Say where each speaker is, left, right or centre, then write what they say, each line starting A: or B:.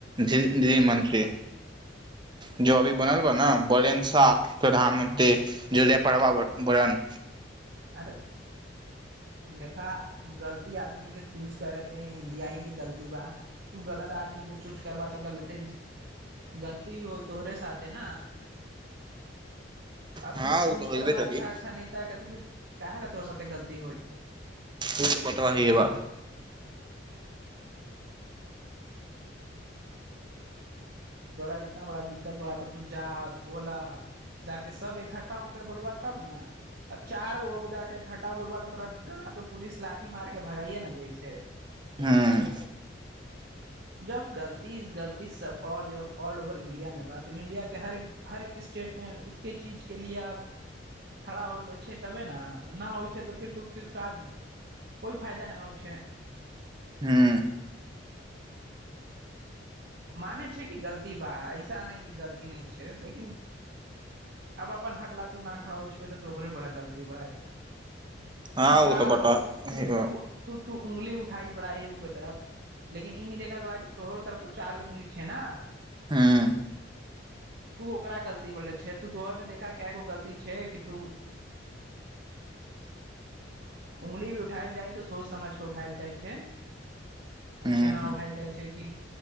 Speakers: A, on the right; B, on the right.
A: जी जी मन्त्री जो अभी बनल बा न बलेन
B: हँ
A: शाह प्रधानमन्त्री
B: हँ
A: जलिया प्रवा वरन
B: अरे देखा गलती आदमी के चूज करेके इंडिया के गलती बा तू गलत आदमी के चूज करबा तऽ गलते गलती हो तोहरे साथे न अब
A: हँ
B: तू चूज
A: ओ तऽ
B: करबा
A: होबे करी
B: अच्छा
A: ओ
B: अच्छा नेता के तऽ फिर काहे ल तोरा साथे गलती होइ
A: ओ त बतबा हिये बा
B: तोरा इतना बड़ा दिक्कत बड़ा तऽ तू जा बोला जाक सब इकठ्ठा होके बोलबा तब ने अब चार गो जाक इकठ्ठा बोलबा तऽ तोरा गार पे पुलिस लाठी मार के भगाए न दै छै
A: ह्म
B: जब गलती गलती सबऑल ओवर इंडिया मे बात हो इंडिया के हर हर एक स्टेट मे इसके चीज के लए आप खड़ा होए बचे तबे न नहि होइ छै तऽ फेर तू फिर कात कोइ फायदा नहि होइ छै
A: हूँ
B: माने छै कि गलती बा ऐसा नहि कि गलती नहि छै लेकिन आब अपन हकला तू न खड़बै छै तऽ तोरे बड़ा गलती बड़ा
A: हँ
B: तू
A: ओ
B: चार
A: तऽ बतबा
B: गो तु
A: हइए बा
B: तु तु तू उंगली उठाई बड़ा एगो के तरफ लेकिन ईह देखल बड़ा कि तोहरो तरफ तो चारगो उंगली छै न
A: ह्म
B: तू ओकरा गलती बोले छे तोहर मे देखा कैगो गलती छै कि तू उंगली भी उठायल जाइ त सोच समझ के उठायल जाइ छै
A: हूँ
B: ऐसे न उठायल जाइ छै कि